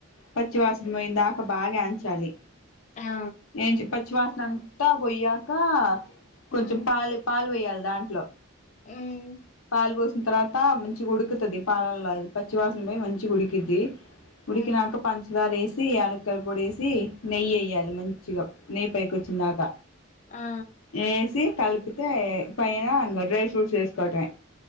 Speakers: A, on the left (about 85°); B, on the left (about 35°).
A: పచ్చవాసనా
B: ఉమ్
A: పోయిందాకా బాగాంచాలి
B: ఆ
A: ఎంజీ పచ్చివాస నంతా బోయ్యాక కొంచెం
B: ఉమ్
A: పాల్ పాల్ పొయ్యాలి దాంట్లో
B: ఉమ్
A: పల్ బోస్ తర్వాతా మంచిగా ఉడుకుతుది పాలలాది పచ్చి వాసన పోయి మంచిగా ఉడికిద్ది ఉడికినాక
B: ఉమ్
A: పంచదార ఎసి యాల కుల పోడేసి నెయ్యి ఎయ్యాలి మంచిగా నెయ్యి పైకి వచ్చిందాక
B: ఆ
A: ఎసి కలిపితే పై న ఇంగ డ్రై ఫ్రూట్స్ ఎసుకోవటమే